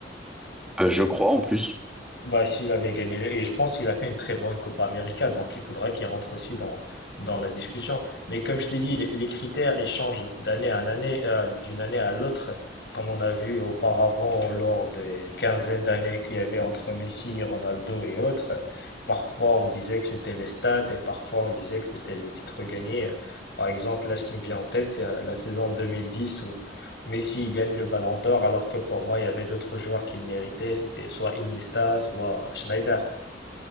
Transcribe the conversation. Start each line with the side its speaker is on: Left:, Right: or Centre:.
Centre: Euh, je crois en plus.
Left: Bah, s'il avait gagné, et je pense qu'il a fait une très bonne Copa América, donc il faudra qu'il rentre aussi dans, dans la discussion. Mais comme je t'ai dit, les les critères, ils changent d'année à année, euh, d'une année à l'autre, comme on a vu auparavant lors des quinzaines d'années qu'il y avait entre Messi, Ronaldo et autres. Parfois, on disait que c'était les stats et parfois, on disait que c'était les titres gagnés. Par exemple, là, ce qui me vient en tête, c'est euh, la saison 2010 où Messi il gagne le Ballon d'Or alors que pour moi il y avait d'autres joueurs qui le méritaient, c'était soit Iniesta, soit Schneider.